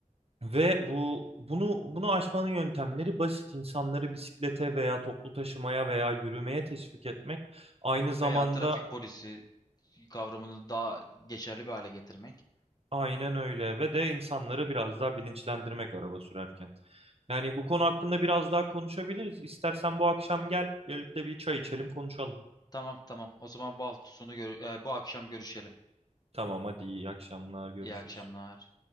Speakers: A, on the right (about 50°); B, on the left (about 30°).
A: Ve bu bunu bunu aşmanın yöntemleri basit insanları bisiklete veya toplu taşımaya veya yürümeye teşvik etmek. Aynı zamanda
B: Veya trafik polisi kavramını daha geçerli bir hale getirmek.
A: Aynen öyle ve de insanları biraz daha bilinçlendirmek araba sürerken. Yani bu konu hakkında biraz daha konuşabiliriz. İstersen bu akşam gel birlikte bir çay içelim konuşalım.
B: Tamam, tamam. O zaman bu hafta sonu gör- e, bu akşam görüşelim.
A: Tamam hadi iyi akşamlar görüşürüz.
B: İyi akşamlar.